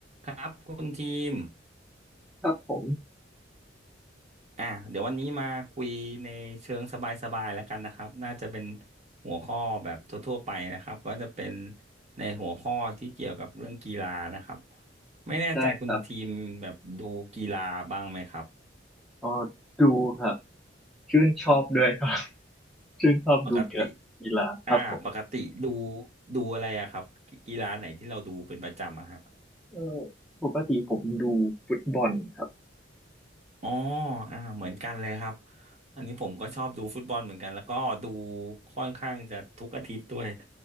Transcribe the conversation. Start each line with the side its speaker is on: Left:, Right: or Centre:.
Right: ครับคุณทีม
Centre: ครับผม
Right: อ่ะเดี๋ยววันนี้มาคุยในเชิงสบายๆแล้วกันนะครับน่าจะเป็นหัวข้อแบบทั่วๆไปนะครับก็จะเป็นในหัวข้อที่เกี่ยวกับเรื่องกีฬานะครับไม่แน่ใจคุณทีมแบบดูกีฬาบ้างไหมครับ
Centre: ได้ครับเออดูครับชื่นชอบด้วยครับ <laughs> ชื่นชอบดูกีฬาครับผม
Right: ปกติอ่าปกติดูดูอะไรอะครับกีฬาไหนที่เราดูเป็นประจำอะฮะ
Centre: เออปกติผมดูฟุตบอลครับ
Right: อ๋ออ่าเหมือนกันเลยครับ อันนี้ผมก็ชอบดูฟุตบอลเหมือนกันแล้วก็ดูค่อนข้างจะทุกอาทิตย์ด้วย